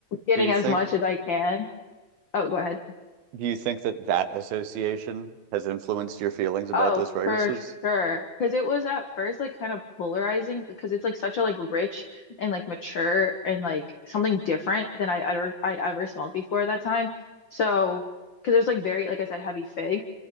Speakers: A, on the left (about 75°); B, on the right (about 90°).
A: getting
B: Do you
A: as
B: think
A: much as I can. Oh, go ahead.
B: do you think that that association has influenced your feelings about
A: Oh,
B: those fragrances?
A: for sure. Because it was at first like kind of polarizing because it's like such a like rich and like mature and like something different than I ever I'd ever smelled before at that time. So because it was like very like I said heavy fig,